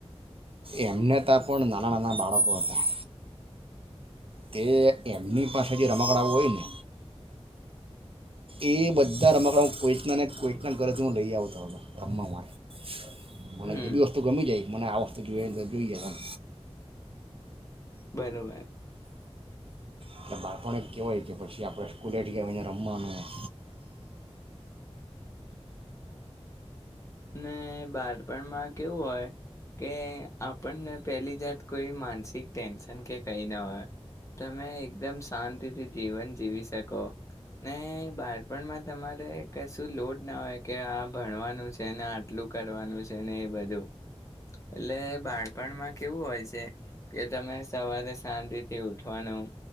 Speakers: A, on the right; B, on the left.
A: એમને તા પણ નાના નાના બાળકો હતા. તે એમની પાસે જે રમકડાં હોય ને એ બધા રમકડા હું કોઈકના ને કોઈકના ઘરેથી હું લઈ આવતો હતો, રમવા માટે મને
B: હમ
A: જે બી વસ્તુ ગમી જાય, મને આ વસ્તુ જોઈએ એટલે જોઈએ, એમ
B: બરોબર
A: એટલે બાળપણ જ કહેવાય કે પછી આપણે સ્કૂલેથી આવીને રમવાનું <inaudible>
B: ને બાળપણમાં કેવું હોય કે આપણને પહેલી જાત કોઈ માનસિક ટેન્શન કે કંઈ ના હોય, તમે એકદમ શાંતિથી જીવન જીવી શકોને બાળપણમાં તમારે કશું લોડ ના હોય કે આ ભણવાનું છે. તેને આટલું કરવાનું છે ને એ બધું. એટલે બાળપણમાં કેવું હોય છે કે તમે સવારે શાંતિથી ઉઠવાનું,